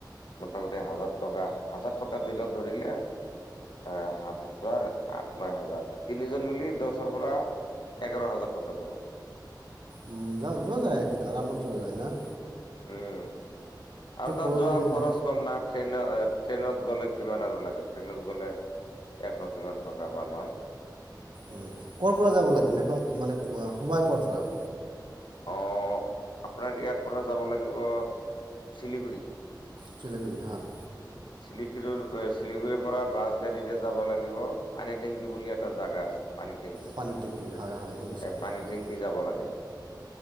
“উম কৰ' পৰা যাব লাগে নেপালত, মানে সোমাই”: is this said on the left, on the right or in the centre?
Right